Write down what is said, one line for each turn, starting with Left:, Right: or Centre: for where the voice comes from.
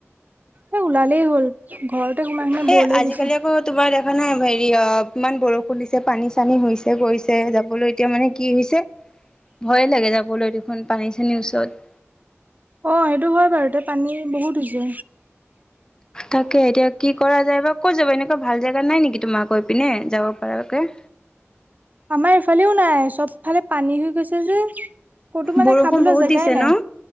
Right: এই ওলালেই হ'ল ঘৰতে সোমাই সেনা
Left: এ
Right: বৰ লাগি
Left: আজিকালি
Right: গৈছে।
Left: আকৌ তোমাৰ দেখা নাই, হেৰি অ ইমান বৰষুণ দিছে পানী চানী হৈছে গৈছে যাবলৈ এতিয়া মানে কি হৈছে
Right: <inaudible>
Left: ভয়ে লাগে না যাবলৈ দেখোন পানী চানীৰ ওচৰত
Right: অ', সেইটো হয় বাৰু, এতিয়া পানী বহুত হৈছে।
Left: তাকে এতিয়া কি কৰা যায় বা কত যাবা এনেকুৱা ভাল জেগা নাই নেকি তোমাক কৈ পিনে যাব পৰাকে
Right: আমাৰ এইফালেও নাই চবফালে পানী হৈ গৈছে যে ক'তো মানে
Left: বৰষুণ
Right: খাবলৈ
Left: বহুত
Right: জেগাই
Left: দিছে
Right: নাই
Left: ন